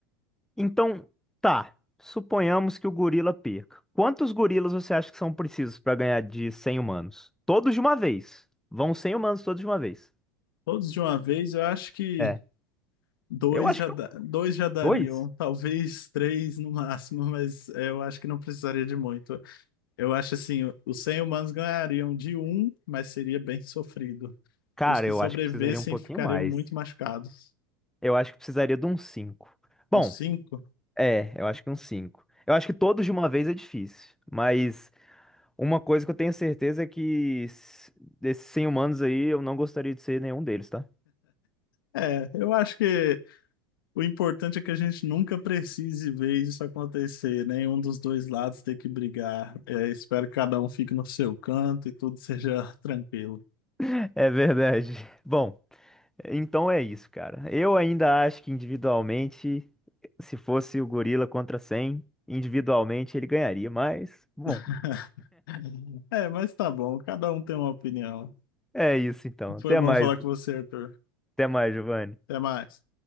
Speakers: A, in the centre; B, on the left.
A: Então, tá. Suponhamos que o gorila perca. Quantos gorilas você acha que são precisos pra ganhar de 100 humanos? Todos de uma vez. Vão 100 humanos todos de uma vez.
B: Todos de uma vez, eu acho que
A: É.
B: dois
A: Eu acho
B: já,
A: que
B: dá-
A: um-
B: dois já dariam,
A: dois.
B: talvez três no máximo, mas é, eu acho que não precisaria de muito. Eu acho assim, os 100 humanos ganhariam de um, mas seria bem sofrido.
A: Cara,
B: Os que
A: eu
B: sobrevivessem
A: acho que precisaria um pouquinho
B: ficariam
A: mais.
B: muito machucados.
A: Eu acho que precisaria de uns cinco. Bom,
B: Uns cinco?
A: é, eu acho que uns cinco. Eu acho que todos de uma vez é difícil. Mas uma coisa que eu tenho certeza é que s- desses 100 humanos aí, eu não gostaria de ser nenhum deles, tá?
B: É, eu acho que o importante é que a gente nunca precise ver isso acontecer, né? Um dos dois lados ter que brigar. É, espero que cada um fique no seu canto e tudo seja tranquilo.
A: <laughs> É verdade. Bom. Então é isso, cara. Eu ainda acho que individualmente, se fosse o gorila contra 100 individualmente ele ganharia, mas bom,
B: <laughs> É, mas tá bom, cada um tem uma opinião.
A: é isso então. Até
B: Foi bom
A: mais,
B: falar com você, Arthur.
A: até mais, Giovanni.
B: Até mais.